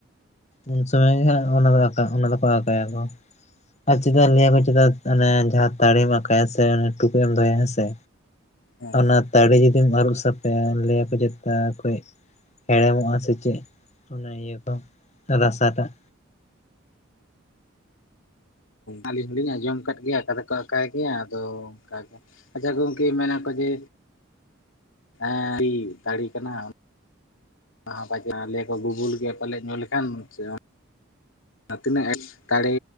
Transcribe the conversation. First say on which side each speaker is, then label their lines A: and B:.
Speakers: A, on the left; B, on the left.
A: ᱩᱱ ᱥᱚᱢᱚᱭ ᱜᱮ ᱦᱟᱸᱜ ᱚᱱᱟ ᱫᱚ ᱟᱠᱟᱸ ᱚᱱᱟ ᱫᱚᱠᱚ ᱟᱠᱟᱸ ᱭᱟᱠᱚ ᱾ ᱟᱨ ᱪᱮᱫᱟᱜ ᱱᱤᱭᱟᱹ ᱠᱚ ᱪᱮᱫᱟᱜ ᱡᱟᱦᱟᱸ ᱛᱟᱲᱮᱢ ᱟᱠᱟᱭᱟ ᱥᱮ ᱴᱩᱠᱩᱡ ᱮᱢ ᱫᱚᱦᱚᱭᱟ ᱦᱮᱸ ᱥᱮ
B: ᱦᱚᱸ
A: ᱚᱱᱟ ᱛᱟᱲᱮ ᱡᱩᱫᱤᱢ ᱟᱹᱨᱩᱵ ᱥᱟᱯᱷᱮᱭᱟ ᱞᱟᱹᱭᱟ ᱠᱚ ᱡᱟ ᱛᱟᱨᱠᱚ ᱦᱮᱲᱮᱢᱚᱜᱼᱟ ᱥᱮ ᱪᱮᱫ ᱚᱱᱟ ᱤᱭᱟᱹ ᱠᱚ ᱨᱟᱥᱟᱴᱟᱜ
B: ᱟᱹᱞᱤᱧ ᱦᱚᱸᱞᱤᱧ ᱟᱸᱡᱚᱢ ᱟᱠᱟᱫ ᱜᱮᱭᱟ ᱟᱠᱟᱠᱟ ᱫᱚᱠᱚ ᱟᱠᱟᱭ ᱜᱮᱭᱟ ᱟᱫᱚ ᱚᱱᱠᱟ ᱜᱮ ᱟᱪᱪᱷᱟ ᱜᱚᱝᱠᱮ ᱢᱮᱱᱟ ᱠᱚ ᱡᱮ ᱦᱮᱸ ᱫᱟᱲᱮ ᱠᱟᱱᱟ ᱚᱱᱟ ᱦᱚᱸ ᱯᱟᱪᱮ ᱞᱮᱭᱟ ᱠᱚ ᱵᱩᱵᱩᱞ ᱜᱮ ᱯᱟᱞᱮ ᱧᱩ ᱞᱮᱠᱷᱟᱱ ᱥᱮ ᱛᱤᱱᱟᱹᱜ ᱮᱴ ᱛᱟᱲᱮ